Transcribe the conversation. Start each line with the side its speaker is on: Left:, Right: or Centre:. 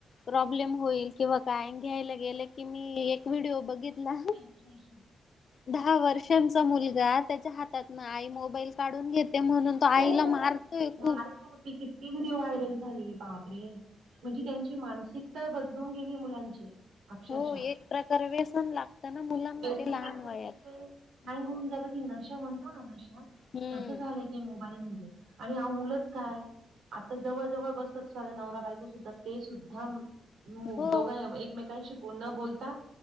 Left: प्रॉब्लेम होईल किंवा काय. अन घ्यायला गेलं की मी एक व्हिडिओ बघितला
Right: हं हं.
Left: दहा वर्षांचा मुलगा त्याच्या हातातन आई मोबाईल काढून घेते म्हणून, तो आईला
Right: हो
Left: मारतोय
Right: मारत
Left: खूप.
Right: होती किती व्हिडिओ व्हायरल झालीये. बापरे! म्हणजे त्यांची मानसिक ता बदलून गेलीये मुलांची. अक्षरशः
Left: हो. एक प्रकार व्यसन लागत ना मुलांना
Right: व्यसन
Left: ते लहान
Right: लागतं म्हणजे
Left: वयात.
Right: ते हँग होऊन जाता ती. नशा म्हणतो ना नशा
Left: हम्म
Right: तस झालय ते मोबाईल म्हणजे. आणि अहो मुलंच काय? आता जवळ जवळ बसतात सगळ्या नवरा बायको सुद्धा ते सुद्धा म
Left: हो
Right: दोघां एकमेकांशी बो न बोलता